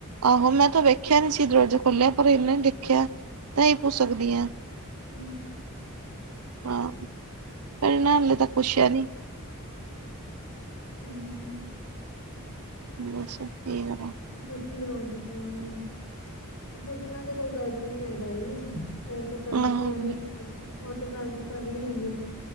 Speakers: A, on the right; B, on the left.
A: ਆਹੋ ਮੈਂ ਤਾਂ ਵੇਖਿਆ ਨੀ ਸੀ ਦਰਵਾਜਾ ਖੋਲਿਆ ਪਰ ਇਹਨੇ ਦੇਖਿਆ ਤਾਂ ਹੀ ਪੁਛ ਸਕਦੀ ਆਂ।
B: ਹਮ
A: ਹਾਂ ਪਰ ਨ ਹਲੇ ਤਾਂ ਪੁਛਿਆ ਨੀ।
B: ਹਮ।
A: ਬੱਸ ਕੀ ਕਰੇ।
B: ਉਹ ਪੁੱਛ ਲਓ ਉਹਦੇ ਕੋਲੋਂ, ਪੁੱਛਣਾ ਤੇ ਕੋਈ ਗ਼ਲਤ ਨੀ ਹੈਗਾ ਜੀ। ਉਹ ਤੇ ਕਰਕੇ,
A: ਆਹੋ
B: ਉਹ ਤੇ ਗੱਲ ਤੇ ਕਰ ਹੀ ਰਹੀ ਹੈ।